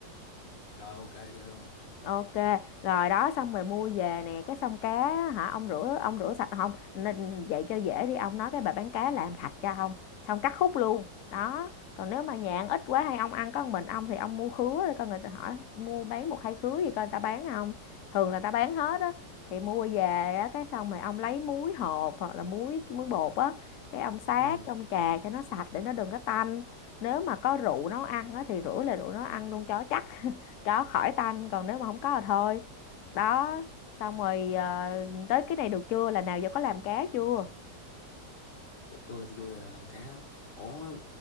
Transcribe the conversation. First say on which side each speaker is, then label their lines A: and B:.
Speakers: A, on the left (about 85°); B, on the left (about 65°).
A: rồi ok chơi luôn
B: Ok, rồi đó xong rồi mua về nè, cái xong cá á, hả ông rửa ông rửa sạch không? Nên vậy cho dễ đi, ông nói cái bà bán cá làm sạch cho ông, xong cắt khúc luôn. Đó. Còn nếu mà nhạn ít quá hay ông ăn có một mình ông thì ông mua khứa rồi coi người ta hỏi mua bán một hai khứa gì coi người ta bán không. Thường là ta bán hết á thì mua về á cái xong rồi ông lấy muối hột hoặc là muối muối bột á, cái ông sát,
A: ừ.
B: ông chà cho nó sạch để nó đừng có tanh. Nếu mà có rượu nấu ăn á thì rửa là rượu nấu ăn luôn cho chắc đó khỏi tanh còn nếu mà không có thì thôi đó xong rồi ờ, tới cái này được chưa là nào giờ có làm cá chưa
A: Trời ơi, tôi vui là làm cá ủa